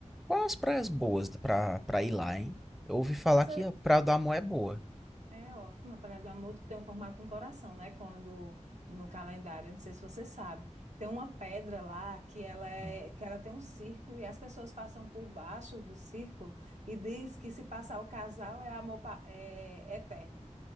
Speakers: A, in the centre; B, on the right (about 70°).
A: Quais as praias boas pra, pra ir lá, hein? Eu ouvi falar
B: Você
A: que a Praia da Amor é boa.
B: é ótima. A Praia do Amor tem o formato de um coração, né? Quando no calendário, não sei se você sabe, tem uma pedra lá que ela é,
A: Hum,
B: que ela tem um círculo e as pessoas passam por baixo do círculo e diz que se passar o casal é amor pa- é é eterno.